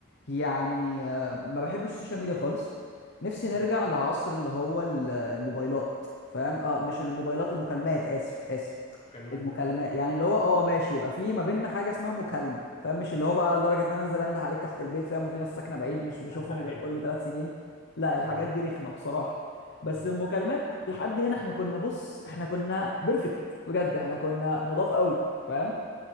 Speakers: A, on the left; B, on the left.
A: يعني آه، ما بحبش السوشيال ميديا خالص نفسي نرجع
B: بالظبط
A: لعصر اللي هو ال- الموبايلات فاهم اه مش الموبايلات المكالمات اسف اسف
B: كلمات
A: المكالمات يعني اللي هو اه ماشي يبقى في ما بيننا حاجه اسمها مكالمه فاهم مش اللي هو بقى لدرجه ان انا انزل انده عليك تحت البيت فاهم وفي ناس ساكنه بعيد مش
B: <laughs>
A: بشوفهم غير
B: ايوه
A: كل ثلاث سنين لا الحاجات
B: بالظبط
A: دي رخمه بصراحه بس
B: آه،
A: المكالمات لحد هنا احنا كنا بص احنا كنا بيرفكت بجد احنا كنا نضاف قوي فاهم